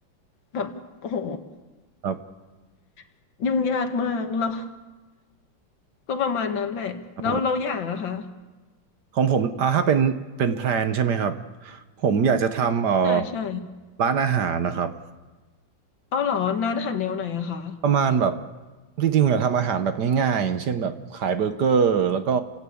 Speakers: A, on the left; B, on the right.
A: แบบโอ้โห
B: ครับ
A: <laughs> ยุ่งยากมากแล้วก็ประมาณนั้นแหละแล้วเราอย่างอะคะ
B: ครับผมของผมอ่าถ้าเป็นเป็นแพลนใช่ไหมครับผมอยากจะทำเอ่อ
A: ใช่ใช่
B: ร้านอาหารนะครับ
A: เอาเหรอร้านอาหารแนวไหนอะคะ
B: ประมาณแบบจริงๆผมอยากทำอาหารแบบง่ายๆอย่างเช่นแบบขายเบอร์เกอร์แล้วก็